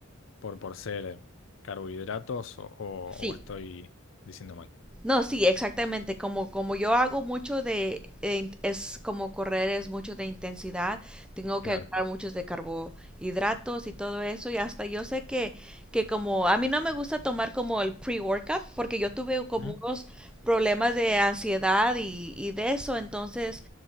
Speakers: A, on the left; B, in the centre.
A: por, por ser carbohidratos o, o-
B: sí,
A: o estoy diciendo mal.
B: no, sí, exactamente. Como, como yo hago mucho de, de in- es como correr, es mucho de intensidad, tengo
A: Claro.
B: que agarrar muchos de carbohidratos y todo eso. Y hasta yo sé que, que como a mí no me gusta tomar como el pre-workout, porque yo tuve como
A: Ujú.
B: unos problemas de ansiedad y, y de eso. Entonces,